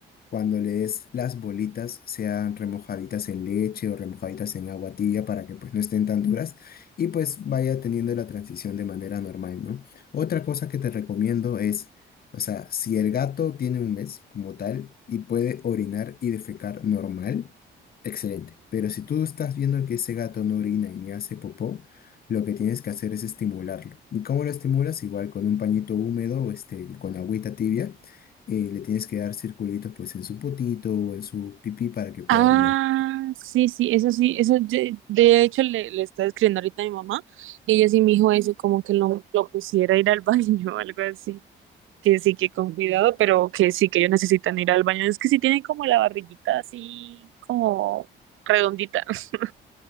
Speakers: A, on the left; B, on the right.
A: cuando le des las bolitas sean remojaditas en leche o remojaditas en agua tibia para que pues no estén tan duras y pues vaya teniendo la transición de manera normal, ¿no? Otra cosa que te recomiendo es, o sea, si el gato tiene un mes como tal y puede orinar y defecar normal, excelente. Pero si tú estás viendo que ese gato no orina y ni hace popó, lo que tienes que hacer es estimularlo. ¿Y cómo lo estimulas? Igual con un pañito húmedo, este, con agüita tibia eh, le tienes que dar circulitos pues en su potito o en su pipí para que pueda
B: Ah,
A: orinar.
B: sí, sí, eso sí, eso de, de hecho le, le estaba escribiendo ahorita a mi mamá y ella sí me dijo eso, como que lo, lo pusiera a ir al <laughs> baño o algo así, que sí, que con cuidado, pero que sí, que ellos necesitan ir al baño, es que sí tienen como la barriguita así como redondita. <laughs>